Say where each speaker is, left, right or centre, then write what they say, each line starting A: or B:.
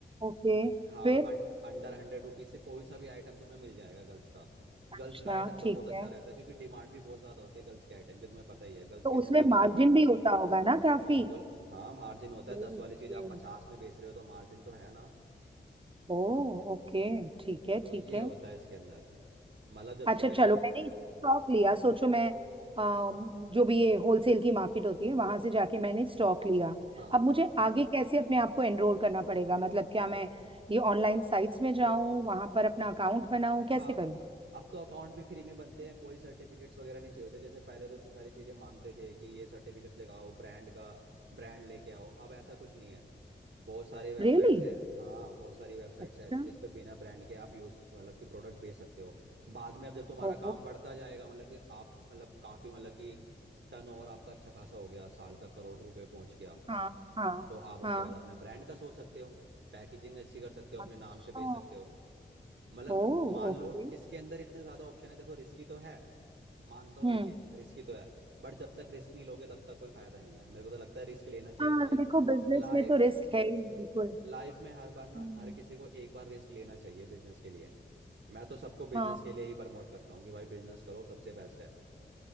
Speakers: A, on the right (about 30°); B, on the right (about 75°).
A: ओके
B: हाँ
A: फिर
B: अन, अंडर हंड्रेड रुपीज से कोई सा भी आइटम तुम्हें मिल जाएगा गर्ल्स का
A: अच्छा
B: गर्ल्स का आइटम तो
A: ठीक
B: बहुत अच्छा
A: है
B: रहता है क्योंकि डिमांड भी बहुत ज्यादा होती है गर्ल्स के आइटम की तुम्हें पता ही है गर्ल्स
A: तो
B: कितने
A: उसमें
B: ज्यादा
A: मार्जिन
B: खरीदते हैं।
A: भी होता होगा ना काफी
B: बिल्कुल हाँ मार्जिन होता है दस
A: ओके
B: वाली चीज आप पचास में बेच रहे हो तो मार्जिन तो है ना
A: ओ ओके ठीक है
B: तो
A: ठीक
B: ये
A: है
B: होता है इसके अंदर मतलब जब
A: अच्छा
B: से मैंने
A: चलो मैंने स्टॉक लिया सोचो मैं अम, जो भी ये होलसेल की मार्केट होती है वहां से जाके मैंने स्टॉक लिया
B: हाँ
A: अब मुझे आगे कैसे अपने आप को एनरोल करना पड़ेगा मतलब क्या मैं ये ऑनलाइन साइट्स में जाऊं वहां पर अपना अकाउंट बनाऊं कैसे
B: हाँ
A: करूं
B: अब तो अकाउंट भी फ्री में बनते हैं कोई सर्टिफिकेट्स वगैरह नहीं चाहिए होते जैसे पहले तो इतनी सारी चीजें मांगते थे कि ये सर्टिफिकेट्स लेके आओ ब्रांड का ब्रांड लेके आओ अब ऐसा कुछ नहीं है बहुत सारी वेबसाइट्स
A: रियली
B: है हाँ बहुत सारी वेबसाइट्स
A: अच्छा
B: है ऐसी जिस पे बिना ब्रांड के आप यूज मतलब कि प्रोडक्ट बेच सकते हो बाद में अब जब तुम्हारा
A: ओ
B: काम बढ़ता जाएगा मतलब कि आप मतलब काफी मतलब कि टर्न ओवर आपका अच्छा खासा हो गया साल का करोड़ रुपए पहुंच गया
A: हाँ हाँ
B: तो आप उसके
A: हाँ
B: बाद अपने ब्रांड का सोच सकते हो पैकेजिंग अच्छी कर सकते हो अपने
A: अच्छा
B: नाम से बेच सकते हो मतलब
A: ओ
B: मान
A: ओके
B: लो इसके अंदर इतने ज्यादा ऑप्शन है देखो रिस्की तो है मानता हूँ
A: हम्म
B: ये चीज रिस्की तो है बट जब तक रिस्क नहीं लोगे तब तक कोई फायदा नहीं है मेरे को तो लगता है रिस्क लेना चाहिए
A: हाँ देखो बिजनेस
B: लाइफ
A: में तो रिस्क
B: हम्म
A: है ही बिल्कुल
B: लाइफ में हर बार ना
A: हम्म,
B: हर किसी को एक बार रिस्क लेना चाहिए बिजनेस के लिए मैं तो सबको बिजनेस
A: हाँ
B: के लिए ही प्रमोट करता हूँ कि भाई बिजनेस करो सबसे बेस्ट है